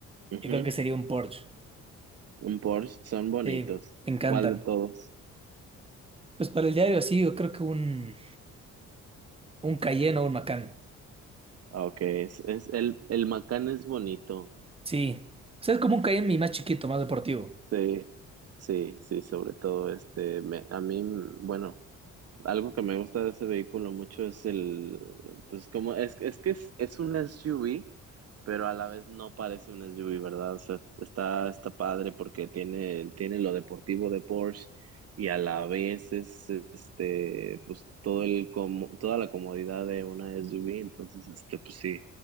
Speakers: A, on the right; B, on the right.
A: Ujú,
B: yo creo que sería un Porsche.
A: Un Porsche, son bonitos.
B: Sí, me encantan.
A: ¿Cuál de todos?
B: Pues para el diario así, yo creo que un, un Cayenne o un Macan.
A: Ah, Okay, es, es el, el Macán es bonito.
B: Sí. O sea, es como un Cayenne y más chiquito, más deportivo.
A: Sí, sí, sí, sobre todo este, me, a mí, mm, bueno, algo que me gusta de ese vehículo mucho es el, pues como, es, es que es, es un SUV, pero a la vez no parece un SUV, ¿verdad? O sea, está, está padre porque tiene, tiene lo deportivo de Porsche y a la vez es, este, pues todo el, como, toda la comodidad de una SUV, entonces, este, pues sí,